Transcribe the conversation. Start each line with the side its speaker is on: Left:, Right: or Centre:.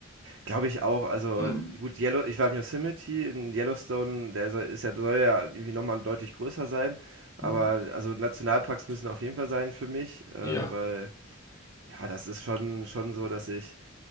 Right: Glaube ich auch, also
Left: Hm.
Right: gut, Yellow, ich war im Yosemite, in Yellowstone, der soll, ist ja, soll ja irgendwie nochmal deutlich größer sein, aber
Left: Hm.
Right: also Nationalparks müssen auf jeden Fall sein für mich, ähm,
Left: Ja.
Right: weil Ja, das ist schon, schon so, dass ich,